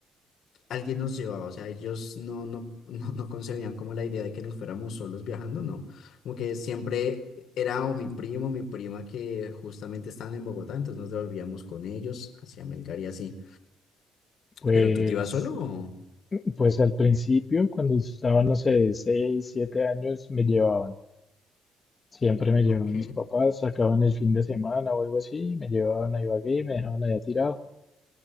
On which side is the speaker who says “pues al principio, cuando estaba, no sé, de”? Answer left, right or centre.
Left